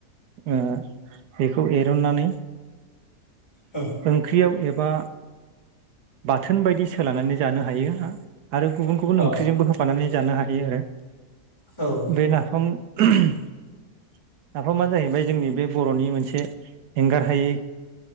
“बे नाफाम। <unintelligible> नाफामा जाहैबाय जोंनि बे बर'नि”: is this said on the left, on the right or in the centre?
Right